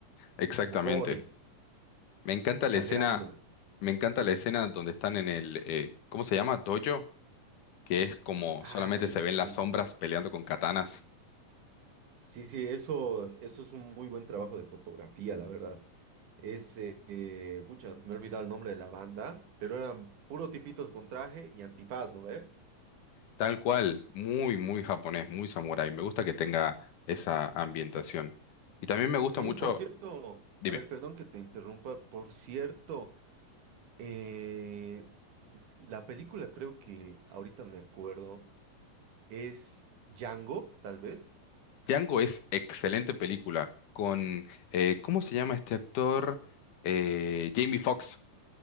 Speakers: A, on the left; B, on the right.
A: Exactamente.
B: Como gore,
A: Me encanta
B: exagerándolo.
A: la escena. Me encanta la escena donde están en el, eh, ¿cómo se llama? Dojo, que es como
B: Ah,
A: solamente
B: en
A: se
B: en
A: ven las
B: el, en-
A: sombras peleando con katanas.
B: Sí, sí, eso, eso es un muy buen trabajo de fotografía, la verdad. Es, eh, eh, pucha, me he olvidado el nombre de la banda, pero eran puro tipitos con traje y antifaz, ¿no ve?
A: Tal cual, muy, muy japonés, muy samurái. Me gusta que tenga esa ambientación. Y también me gusta
B: Sí,
A: mucho,
B: por cierto,
A: dime,
B: a ver, perdón que te interrumpa, por cierto, eh, la película creo que ahorita me acuerdo es Django, tal vez.
A: Django es excelente película con, eh, ¿cómo se llama este actor? Eh, Jamie Foxx.